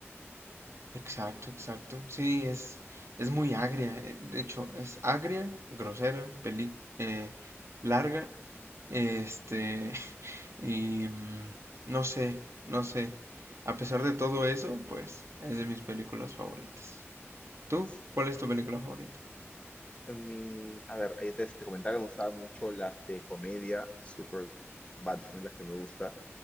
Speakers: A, on the right; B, on the left.
A: Exacto, exacto. Sí, es, es muy agria. eh, De hecho, es agria, grosera, peli, eh, larga. Este, <laughs> y mm, no sé, no sé. A pesar de todo eso, pues es de mis películas favoritas. ¿Tú?
B: S-
A: ¿Cuál es tu película favorita?
B: Mi, a ver, ahí te, te comentaba que me gustaban mucho las de comedia, super bad son las que me gusta.